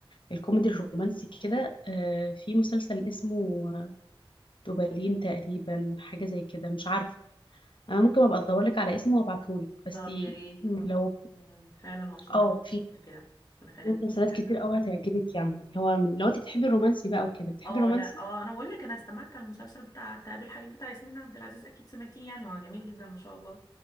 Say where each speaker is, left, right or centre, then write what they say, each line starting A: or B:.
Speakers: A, on the left; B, on the left.
A: الكوميدي الرومانسي كده آه، في مسلسل اسمه دوبالين تقريبا حاجة زي كده مش عارفة أنا ممكن أبقى أدورلك على اسمه وأبعتهولك بس
B: طب يا ريت خلاص
A: لو
B: مم، فعلا مبسوطة
A: اه
B: إنك
A: في
B: عملت كده كنا خدمتيه
A: في مسلسلات
B: فعلا
A: كتير أوي هتعجبك يعني اللي هو من- لو أنت بتحبي الرومانسي بقى وكده بتحبي
B: اه
A: الرومانسي
B: لا اه انا بقول لك انا استمعت على المسلسل بتاع تقابل الحبيب بتاع ياسمين عبد العزيز اكيد سمعتيه يعني هو جميل جدا ما شاء الله